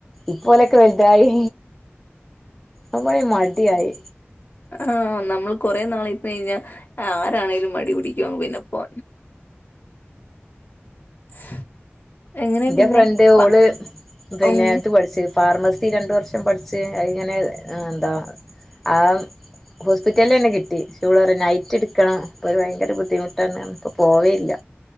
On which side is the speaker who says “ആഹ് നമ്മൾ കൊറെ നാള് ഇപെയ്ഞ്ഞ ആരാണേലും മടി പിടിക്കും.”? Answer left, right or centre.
Left